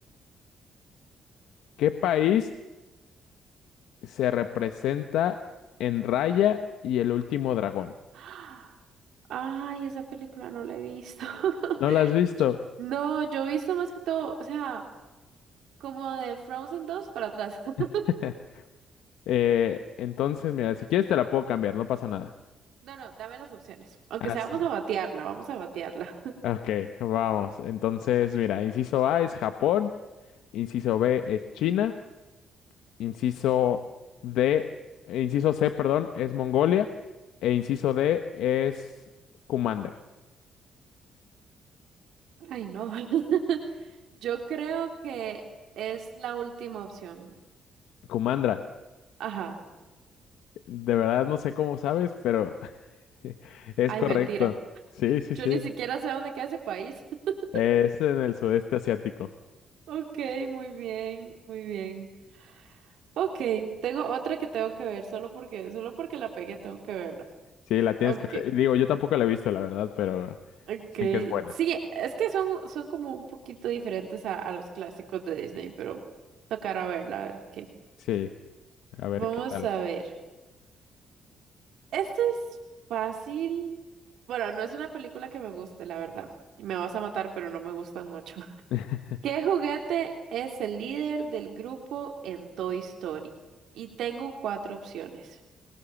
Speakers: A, on the left; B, on the right.
A: ¿Qué país se representa en Raya y el último dragón?
B: <gasps> Ay, esa película no la he visto. <laughs>
A: ¿No la has visto?
B: No, yo he visto más que todo, o sea, como de Frozen 2 para atrás. <laughs>
A: <laughs> Eh, entonces, mira, si quieres te la puedo cambiar, no pasa nada.
B: No, no, dame las opciones. Aunque
A: Ah,
B: sea,
A: sí.
B: vamos a batearla, vamos a batearla. <laughs>
A: Ok, vamos. Entonces, mira, inciso A es Japón, inciso B es China, inciso D, eh, inciso C, perdón, es Mongolia, e inciso D es Kumandra.
B: Ay, no. <laughs> Yo creo que es la última opción.
A: Kumandra,
B: Ajá.
A: de verdad no sé cómo sabes, pero <laughs> Es
B: Ay,
A: correcto.
B: mentira.
A: Sí, sí,
B: Yo
A: sí.
B: ni siquiera sé dónde queda ese país. <laughs>
A: Es en el sudeste asiático.
B: Ok, muy bien, muy bien. Ok, tengo otra que tengo que ver, solo porque, solo porque la pegué tengo que verla.
A: Sí, la tienes
B: Ok,
A: que ver. Digo, yo tampoco la he visto, la verdad, pero
B: ok.
A: dicen que es buena.
B: Sí, es que son, son como un poquito diferentes a, a los clásicos de Disney, pero tocará verla, a ver qué.
A: Sí, a ver
B: Vamos
A: qué tal.
B: a ver. Esto es fácil. Bueno, no es una película que me guste, la verdad. Y Me vas a matar, pero no me gustan mucho.
A: <laughs>
B: ¿Qué juguete es el líder del grupo en Toy Story? Y tengo cuatro opciones.